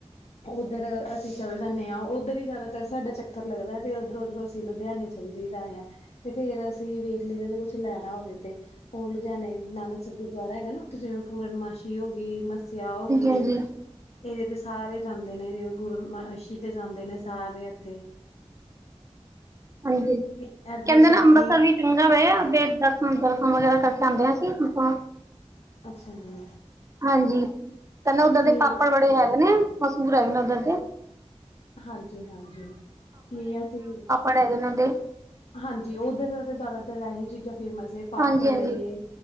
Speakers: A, on the left (about 65°); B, on the right (about 25°).
A: ਓਦਰ ਅਸੀਂ ਚਲ ਜਾਂਨੇ ਆਂ ਓਦਰ ਈ ਜਾਦਾਤਰ ਸਾਡਾ ਚੱਕ ਚੱਕਰ ਲੱਗਦਾ ਤੇ ਓਦਰੋਂ-ਓਦਰੋਂ ਅਸੀਂ ਲੁਧਿਆਣੇ ਚੱਲ ਜਾਈ ਦਾ ਆ। ਤੇ ਫੇਰ ਅਸੀਂ ਵੇਖ ਲਈਦਾ ਜੇ ਕੁਛ ਲੈਨਾ ਹੋਵੇ ਤੇ। ਓ ਲੁਧਿਆਣੇ ਨਾਨਕਸਰ ਗੁਰਦੁਆਰਾ ਹੈਗਾ ਨਾ ਓਥੇ ਜਿਵੇਂ ਪੂਰਨਮਾਸ਼ੀ ਹੋਗੀ ਮਸ ਮੱਸੇਆ ਹੋਗੀ।
B: ਹਾਂਜੀ
A: ਇਦੇ ਤੇ ਸਾਰੇ ਜਾਂਦੇ ਨੇ ਪੂਰਨਮਾਸ਼ੀ ਤੇ ਜਾਂਦੇ ਨੇ ਸਾਰੇ ਐਥੇ।
B: ਹਾਂਜੀ,
A: ਇਧਰੋਂ
B: ਕੈਂਦੇ
A: ਸੁਦੀ
B: ਨਾ ਅੰਬਰਸਰ ਵੀ ਚੰਗਾ ਵੇ ਅਸੀਂ ਦਰਸ਼ਨ ਦੁਰਸ਼ਨ ਵਗੈਰਾ ਕਰਕੇ ਆਂਦੇ ਆਂ ਅਸੀਂ ਮਸਾਂ
A: ਅੱਛਾ ਜੀ।
B: ਹਾਂਜੀ, ਕੈਂਦੇ ਓਦਰ
A: ਨਹੀਂ
B: ਦੇ ਪਾਪੜ ਬੜੇ ਹੈਗੇ ਨੇ ਮਸੂਰ ਹੈਗੇ ਨੇ ਓਦਰ ਦੇ।
A: ਹਾਂਜੀ-ਹਾਂਜੀ, ਨਈ ਅਸੀਂ
B: ਹੁਨ ਹੈਗੇ ਨੇ ਓਦੇ।
A: ਹਾਂਜੀ ਓਦਰ ਦਾ ਤਾਂ ਜਾਦਾਤਰ ਆਹੀ ਚੀਜ਼ਾਂ ਫੇਮਸ ਏ ਪਾਪੜ
B: ਹਾਂਜੀ ਹਾਂਜੀ
A: ਏ